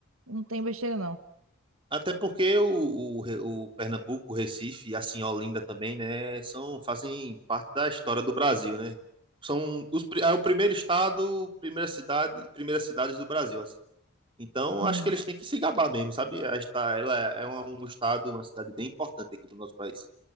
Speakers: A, on the right (about 85°); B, on the right (about 25°).
A: Não tem besteira,
B: Até porque o, o, o Pernambuco, o Recife e assim Olinda também, né, são, fazem parte da história do Brasil, né? São os, pri- é o primeiro estado, primeira cidade, primeiras cidades do Brasil, assim. Então,
A: não.
B: acho que eles têm que se gabar mesmo, sabe? A esta- Ela é uma- um estado, uma cidade bem importante aqui do nosso país.